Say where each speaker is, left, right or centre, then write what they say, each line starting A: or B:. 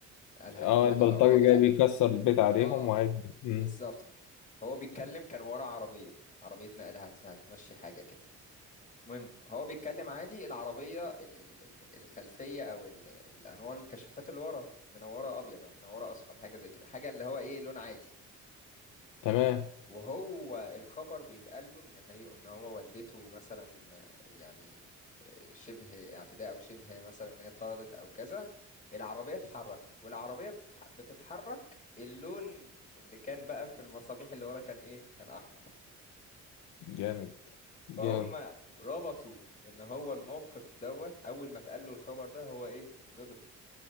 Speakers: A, on the left; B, on the left.
A: قال هيطردها
B: اه البلطجي
A: او حاجة
B: جاي
A: زي
B: بيكسر
A: كده
B: البيت عليهم
A: اه
B: وعايز مم.
A: بالظبط هو بيتكلم كان ورا عربية عربية نقل هت- هتمشي حاجة كده المهم هو بيتكلم عادي العربية ال ال ال- الخلفية او ال الانوار الكشافات اللي ورا منورة ابيض او منورة اصفر حاجة زي كده حاجة اللي هو ايه لون عادي
B: تمام
A: وهو الخبر بيتقال له ان هي ان هو والدته مثلا يعني شبه اعتداء او شبه مثلا ان هي اتطردت او كذا العربيه اتحركت والعربيه بتتح... بتتحرك اللون اللي كان بقى في المصابيح اللي ورا كان ايه كان احمر
B: جامد
A: فهم
B: جامد
A: ربطوا ان هو الموقف دوت اول ما اتقال له الخبر ده هو ايه غضب